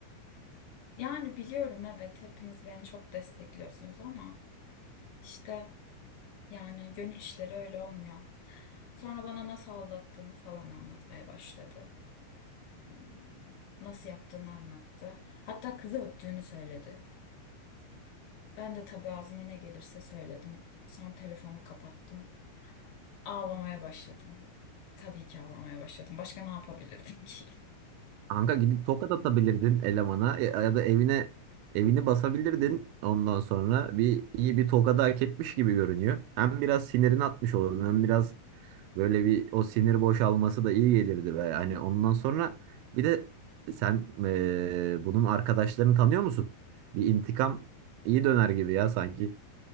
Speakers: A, on the left (about 70°); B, on the right (about 80°).
A: Yani biliyorum evet hepiniz beni çok destekliyorsunuz ama işte yani gönül işleri öyle olmuyor. Sonra bana nasıl aldattığını falan anlatmaya başladı. Hmm, Nasıl yaptığını anlattı. Hatta kızı öptüğünü söyledi. Ben de tabii ağzıma ne gelirse söyledim. Sonra telefonu kapattım. Ağlamaya başladım. Tabii ki ağlamaya başladım. Başka ne yapabilirdim ki?
B: Kanka gidip tokat atabilirdin elemana ya ya da evine evini basabilirdin. Ondan sonra bir iyi bir tokadı hak etmiş gibi görünüyor. Hem biraz sinirini atmış olurdun hem biraz böyle bir o sinir boşalması da iyi gelirdi be. Hani ondan sonra bir de sen eee, bunun arkadaşlarını tanıyor musun? Bir intikam iyi döner gibi ya sanki.